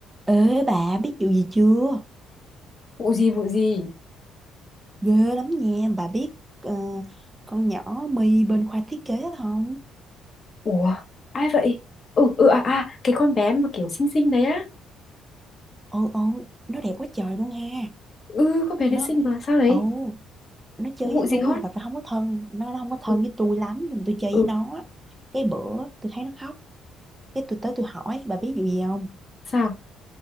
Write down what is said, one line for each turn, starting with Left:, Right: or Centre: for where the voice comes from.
Right: Ê bà biết vụ gì chưa?
Left: vụ gì vụ gì
Right: Ghê lắm nha, bà biết ờ, con nhỏ My bên khoa thiết kế không?
Left: ủa ai vậy ừ ừ à à cái con bé mà kiểu xinh xinh đấy á
Right: Ồ ồ, nó đẹp quá trời luôn ha.
Left: ừ con bé đấy
Right: Nó
Left: xinh mà sao đấy
Right: ồ, nó chơi
Left: có vụ
Right: với
Left: gì
Right: tôi,
Left: hot
Right: thật ra không có thân, nó, nó không có thân
Left: ừ,
Right: với tôi lắm nhưng mà tôi chơi
Left: ừ
Right: với nó. Cái bữa tôi thấy nó khóc, cái tôi tới tôi hỏi bà biết vụ gì không?
Left: sao